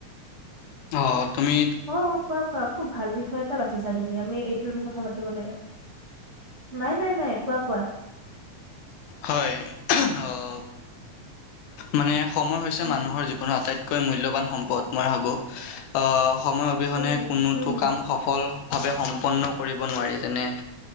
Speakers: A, on the left (about 80°); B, on the right (about 40°).
A: অ' তুমি
B: অ' কোৱা কোৱা খুব ভাল বিষয়। বাচিছা তুমি, আমি এইটোৰ বিষয়ে কথা পাতিব লাগে! নাই নাই নাই কোৱা কোৱা।
A: হয় অ' মানে সময় হৈছে
B: উম
A: মানুহৰ জীৱনৰ আটাইত কৈ মূল্যবান সম্পদ, মই ভাবোঁ সময় অবিহনে
B: উম হুম,
A: কোনোতো
B: উম হম
A: কাম সফল ভাৱে সম্পন্ন কৰিব নোৱাৰি। যেনে